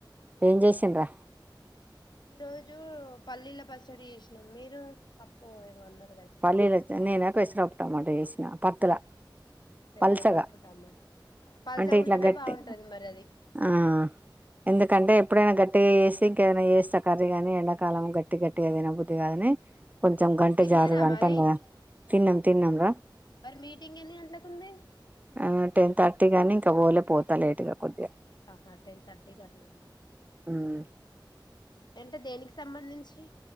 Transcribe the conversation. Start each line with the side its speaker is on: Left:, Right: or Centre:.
Right: ఏం చేసిండ్రా
Left: ఈ రోజు పల్లీల పచ్చడి చేసినం మీరు పప్పు ఏమన్నా
Right: పల్లీలి చ్చ నేన పెసరాకుటమాట చేసిన పత్తుల
Left: పెసరు
Right: పల్చగా
Left: పప్పు టమా పల్సగా
Right: అంటే ఇట్లా
Left: ఉంటేనే
Right: గట్టి
Left: బాగుంటది మరి అది
Right: ఆ ఎందుకంటే ఎప్పుడైనా గట్టిగా చేసి ఇంకేదైనా చేస్తా కర్రీగానీ ఎండాకాలం గట్టి గట్టి గా తిన బుద్ధిగాని కొంచెం గంటి
Left: తిన్నారా
Right: దుర అంటాం
Left: మరి
Right: గదా తిన్నాం తిన్నాం రా
Left: మరి మీటింగ్ ఎన్ని గంటలకు ఉంది
Right: ఆ టెన్ థర్టీకి అ అని ఇంక పోల పోతా లేటుగా కొద్దిగా
Left: ఆహా టెన్ థర్టీ కి అట్ల ఉందా
Right: హ్మ్
Left: అంటే దేనికి సంబంధించి